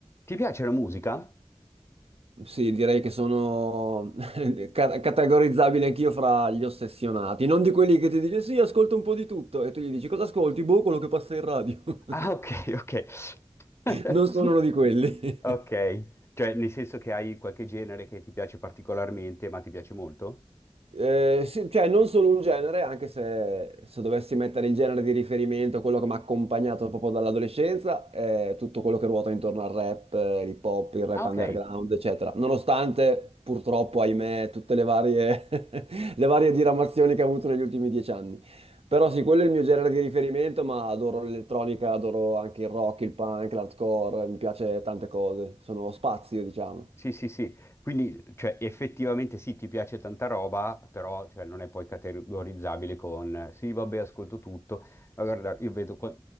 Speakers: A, on the left; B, on the right.
A: Ti piace la musica?
B: Sì, direi che sono <laughs> ca- categorizzabile anch'io fra gli ossessionati, non di quelli che ti dice sì, ascolta un po' di tutto e tu gli dici cosa ascolti? Boh, quello che passa in radio. <laughs>
A: Ah, ok, ok. <laughs>
B: Non sono uno di quelli. <laughs>
A: Ok, cioè nel senso che hai qualche genere che ti piace particolarmente, ma ti piace molto?
B: Eh, sì, cioè non solo un genere, anche se, se dovessi mettere il genere di riferimento, quello che mi ha accompagnato proprio dall'adolescenza, è tutto quello che ruota intorno al rap, eh, l'hip hop, il rap
A: Ah, ok.
B: underground, eccetera. Nonostante, purtroppo, ahimè, tutte le varie, <laughs> le varie diramazioni che ha avuto negli ultimi dieci anni. Però sì, quello è il mio genere di riferimento, ma adoro l'elettronica, adoro anche il rock, il punk, l'hardcore, mi piace tante cose, sono spazio, diciamo.
A: Sì, sì, sì, quindi cioè, effettivamente sì, ti piace tanta roba, però cioè, non è poi categorizzabile con eh, sì, vabbè, ascolto tutto. Ma guarda, io vedo qua-